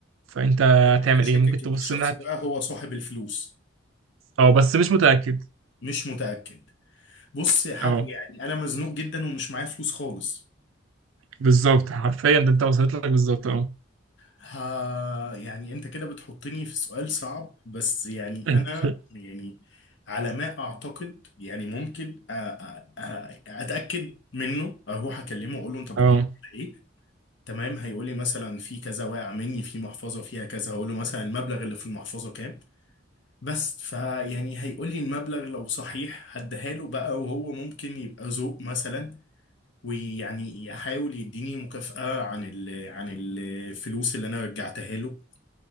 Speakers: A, on the right (about 80°); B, on the left (about 65°).
A: فانت هتعمل
B: يعني انا شاكك
A: ايه ممكن تبص
B: ان الشخص
A: الناحيه
B: ده هو صاحب الفلوس
A: اه بس مش متأكد
B: مش متأكد بص يا حاج
A: اه
B: يعني انا مزنوق جدا ومش معايا فلوس خالص
A: بالظبط حرفيا ده انت وصلت لك بالظبط اه
B: ها يعني انت كده بتحطني في سؤال صعب بس يعني
A: <laughs>
B: انا يعني على ما اعتقد يعني ممكن أ- أ- أ- اتاكد منه اروح اكلمه واقول له انت بتدور
A: اه
B: على ايه تمام هيقول لي مثلا في كذا واقع مني في محفظه فيها كذا هقول له مثلا المبلغ اللي في المحفظه كام بس فيعني هيقول لي المبلغ لو صحيح هديها له بقى وهو ممكن يبقى ذوق مثلا ويعني احاول يديني مكافأة عن ال عن الفلوس اللي انا رجعتها له